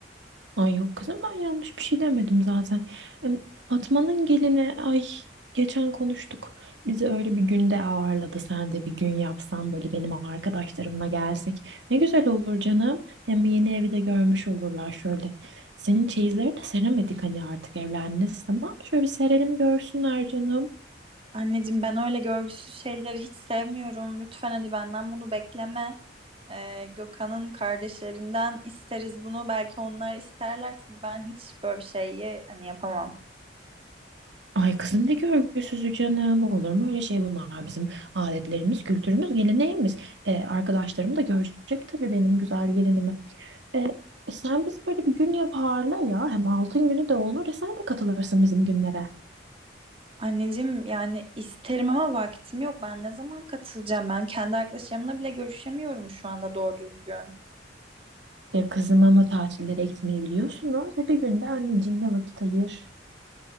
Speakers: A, on the right; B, on the right.
A: Ay yok kızım ben yanlış bir şey demedim zaten. Em, Fatma'nın gelini ay geçen konuştuk. Bizi öyle bir günde ağırladı. Sen de bir gün yapsan böyle benim arkadaşlarımla gelsek. Ne güzel olur canım. Hem yeni evi de görmüş olurlar şöyle. Senin çeyizleri de seremedik hani artık evlendiniz tamam. mı? Şöyle bir serelim görsünler canım.
B: Anneciğim ben öyle görgüsüz şeyleri hiç sevmiyorum. Lütfen hadi benden bunu bekleme. Ee, Gökhan'ın kardeşlerinden isteriz bunu. Belki onlar isterler çünkü ben hiç böyle bir şeyi hani yapamam.
A: Ay kızım ne görgüsüzü canım. Olur mu öyle şey bunlar bizim adetlerimiz, kültürümüz, geleneğimiz. E, arkadaşlarım da görecek tabii benim güzel gelinimi. E, sen biz böyle bir gün yaparla ya. Hem altın günü de olur. E sen de katılırsın bizim günlere.
B: Anneciğim yani isterim ama vaktim yok. Ben ne zaman katılacağım? Ben kendi arkadaşlarımla bile görüşemiyorum şu anda doğru düzgün.
A: E, kızım ama tatillere gitmeyi biliyorsunuz. E, bir günde anneciğine vakit ayır.